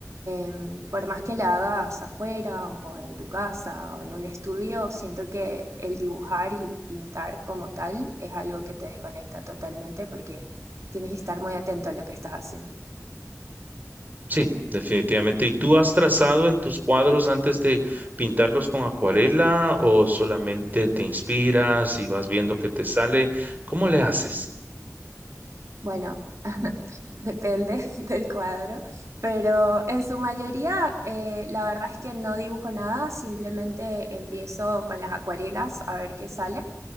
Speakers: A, on the right; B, on the right.
A: Em, por más que la hagas afuera o en tu casa o en un estudio, siento que el dibujar y pintar como tal es algo que te desconecta totalmente porque tienes que estar muy atento a lo que estás haciendo.
B: Sí, definitivamente. ¿Y tú has trazado en tus cuadros antes de pintarlos con acuarela o solamente te inspiras y vas viendo qué te sale? ¿Cómo le haces?
A: Bueno, depende <laughs> del cuadro, pero en su mayoría eh, la verdad es que no dibujo nada, simplemente empiezo con las acuarelas a ver qué sale.